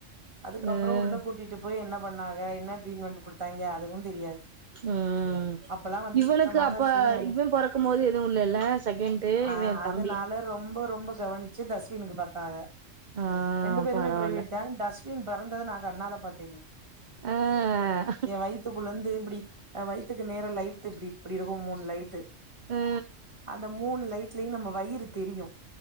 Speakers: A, on the right (about 25°); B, on the right (about 40°).
A: அதுக்கப்பறம்
B: ம்
A: உள்ள கூட் கூட்டிட்டு போய் என்ன பண்ணாங்க என்ன ட்ரீட்மென்ட் குடுத்தாங்க அதுவும் தெரியாது
B: ம்
A: அப்பல்லா வந்து
B: இவளுக்கு
A: சுத்தமான
B: அப்ப
A: சுயநலம்
B: இவ்வ பொறக்கும் போது எதுவும் இல்லல செகண்டு
A: ஆ
B: இவ்வ எ
A: அதனால
B: தம்பி
A: ரொம்ப ரொம்ப கவனிச்சு தஸ்வினுக்கு பாத்தாக
B: ஆ
A: ரெண்டு பேருமே
B: பரவால்ல
A: பிரைவேட் தா தஸ் இவ பிறந்தத நா கண்ணால பாத்தேனே
B: ஆ
A: ஏ வயித்துக்குள்ளந்து இப்படி வயித்துக்கு நேர லைட் இப்படி இப்படி இருக்கும் மூணு லைட்டு
B: ஆ ஆ
A: அந்த மூணு லைட்லயும் நம்ம வயிறு தெரியும்